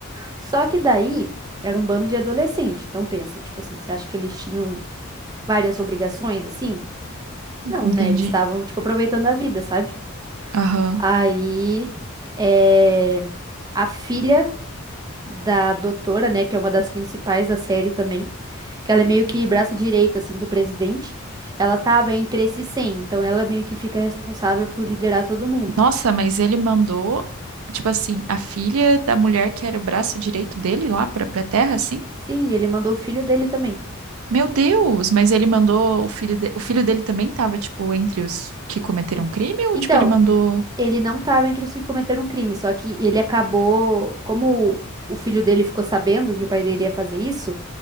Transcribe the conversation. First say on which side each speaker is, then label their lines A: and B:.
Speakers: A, on the right; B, on the right.
A: Só que daí era um bando de adolescente. Então pensa, tipo assim, você acha que eles tinham várias obrigações assim? Não,
B: entendi.
A: né? Eles estavam, tipo, aproveitando a vida, sabe?
B: Aham.
A: Aí, é... a filha da doutora, né, que é uma das principais da série também, que ela é meio que braço direito, assim, do presidente, ela tava entre esses 100, então ela meio que fica responsável por liderar todo mundo.
B: Nossa, mas ele mandou, tipo assim, a filha da mulher que era o braço direito dele lá pra, pra terra, assim?
A: Sim, ele mandou o filho dele também.
B: Meu Deus, mas ele mandou o filho de... o filho dele também tava, tipo, entre os que cometeram um crime ou
A: Então,
B: tipo ele mandou
A: ele não tava entre os que cometeram crime, só que ele acabou, como o filho dele ficou sabendo que o pai dele ia fazer isso,